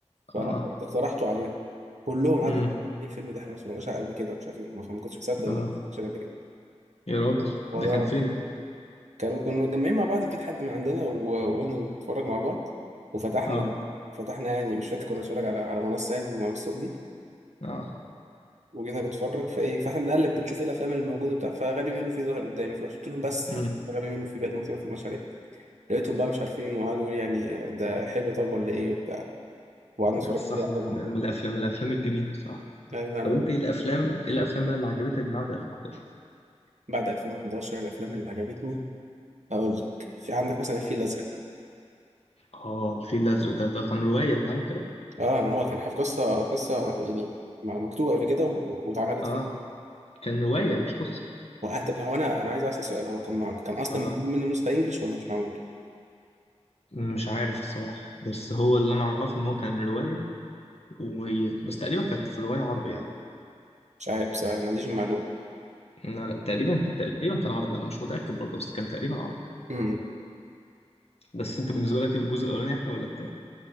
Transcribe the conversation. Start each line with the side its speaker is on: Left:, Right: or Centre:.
Right: فاقترحته
Left: اه
Right: عليهم كلهم قعدوا
Left: امم
Right: يقولوا ايه الفيلم ده احنا ما اتفرجناش عليه قبل كده مش عارف ايه ما كنتش مصدق انه
Left: اه
Right: ما اتفرجتش عليه قبل كده
Left: يا راجل
Right: هو
Left: ده
Right: ده
Left: كان فين ده
Right: كانوا كانوا متجمعين مع بعض في بيت حد من عندنا و- وقلنا نتفرج مع بعض وفتحنا
Left: اه
Right: فتحنا يعني مش فاكر كنا بنتفرج على على منصة يعني من المنصات دي
Left: اه
Right: وجينا نتفرج فايه فاحنا بنقلب بنشوف ايه الافلام اللي موجوده بتاع فغبي منه فيه ظهر قدامي فرحت قلت لهم بس
Left: امم
Right: هنشوف غبي منه فيه بقى ممكن ما اتفرجش عليه لقيتهم بقى مش عارفين وقعدوا يقولوا لي يعني ده حلو طب ولا ايه وبتاع وقعدنا
Left: لا،
Right: نتفرج
Left: الصراحة
Right: بقى
Left: من
Right: على بعض
Left: من الافلام من الافلام الجميلة الصراحة
Right: يعني انا
Left: طب
Right: بقى
Left: انت ايه الافلام ايه الافلام بقى اللي عجبتك بعد 2011
Right: بعد 2011 الافلام اللي عجبتني اقول لك في عندك مثلا الفيل الازرق
Left: اه الفيل الازرق ده ده كان رواية انت عارف كده
Right: اه هو كان حاجة قصه قصه يعني مكتوبه قبل كده و- واتعملت
Left: اه كان رواية مش قصة
Right: وه- طب هو انا انا عايز اسال سؤال هو كان مع... كان اصلا
Left: اه
Right: معمول منه نسخه انجلش ولا مش معمول
Left: مش عارف الصراحة بس هو اللي أنا أعرفه إن هو كان رواية و... بس تقريبا كانت في الرواية عربي يعني
Right: مش عارف بصراحه ما عنديش المعلومه
Left: لا لا تقريبا كان تقريبا كان عربي أنا مش متأكد برضه بس كان تقريبا عربي
Right: امم
Left: بس أنت بالنسبة لك الجزء الأولاني أحلى ولا التاني؟